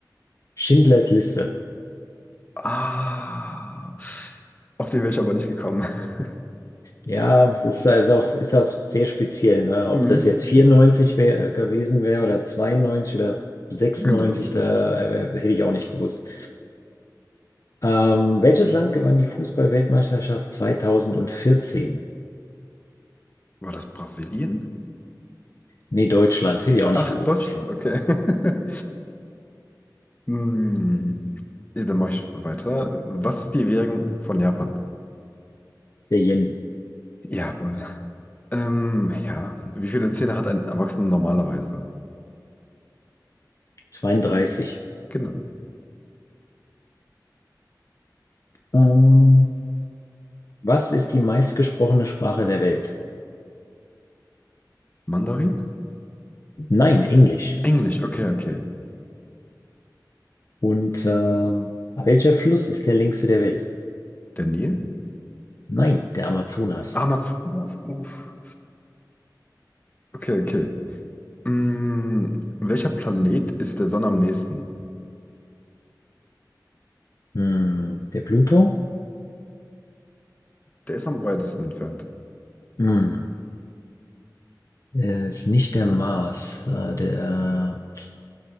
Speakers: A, on the left; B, on the left.
A: Schindlers Liste.
B: Ah, auf den wäre ich aber nicht gekommen. <laughs>
A: Ja, es ist, ist auch, ist auch sehr speziell, ne? Ob
B: Mhm,
A: das jetzt 94 wär, gewesen wäre oder 92 oder sechsundneunzig,
B: genau.
A: da äh, hätte ich auch nicht gewusst. Ähm, welches Land gewann die Fußball-Weltmeisterschaft 2014?
B: War das Brasilien?
A: Nee, Deutschland, hätte ich auch nicht
B: Ach,
A: gewusst.
B: Deutschland, okay. <laughs> Hm, ja, dann mache ich weiter. Was ist die Währung von Japan?
A: Der Yen.
B: Jawohl. Ähm, ja. Wie viele Zähne hat ein Erwachsener normalerweise?
A: 32.
B: Genau.
A: Ähm, was ist die meistgesprochene Sprache der Welt?
B: Mandarin?
A: Nein, Englisch.
B: Englisch, okay, okay.
A: Und äh, welcher Fluss ist der längste der Welt?
B: Der Nil?
A: Nein, der Amazonas.
B: Amazonas, uff. Okay, okay. Hm, welcher Planet ist der Sonne am nächsten?
A: Hm, der Pluto?
B: Der ist am weitesten entfernt.
A: Hm, äh, ist nicht der Mars. Äh, der, äh,